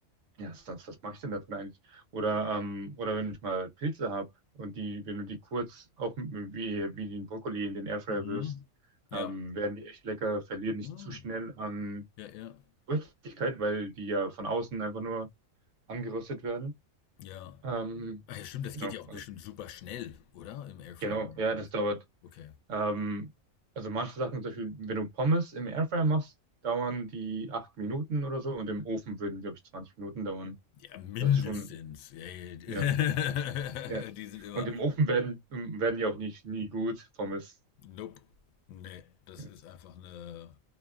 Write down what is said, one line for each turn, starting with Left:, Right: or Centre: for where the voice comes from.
Right: ja, sonst, was mache ich denn dazu eigentlich? Oder, ähm, oder wenn ich mal Pilze habe und die, wenn du die kurz auch mit- wie, wie den Brokkoli in den Airfryer
Left: Mhm.
Right: wirfst,
Left: Ja.
Right: ähm, werden die echt lecker, verlieren nicht
Left: Mhm.
Right: zu schnell an
Left: Ja, ja.
Right: Richtigkeit, weil die ja von außen einfach nur angeröstet werden.
Left: Ja.
Right: Ähm,
Left: Ach ja, stimmt, das
Right: genau,
Left: geht ja auch
Right: also,
Left: bestimmt super schnell, oder? Im Airfryer
Right: genau, ja,
Left: alles.
Right: das dauert.
Left: Okay.
Right: Ähm, also manche Sachen, zum Beispiel, wenn du Pommes im Airfryer machst, dauern die acht Minuten oder so und im Ofen würden, glaube ich, 20 Minuten dauern.
Left: Ja, mindestens.
Right: Das ist schon,
Left: Ja, ja.
Right: ja, ja.
Left: <laughs> Die sind immer
Right: Und im Ofen werden, werden die auch nicht nie gut, Pommes
Left: Nope. Nee, das
Right: ja,
Left: ist einfach eine.